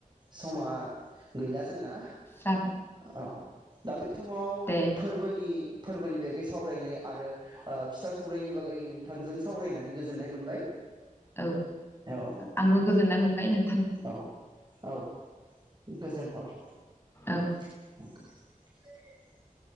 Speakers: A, on the right; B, on the left.
A: समा गैला। जोंना
B: जाब
A: औ दा बे समाव
B: दे
A: फोरबोनि फोरबोनि बागै सावरायनाय आरो ओ फिथा सौरायनि बागै नोंथांजों सावरायनानै गोजोननाय मोनबाय।
B: औ ओ
A: औ
B: आंबो गोजोननाय मोनबाय नों
A: औ औ गोजोन हर।
B: ओ।
A: <unintelligible>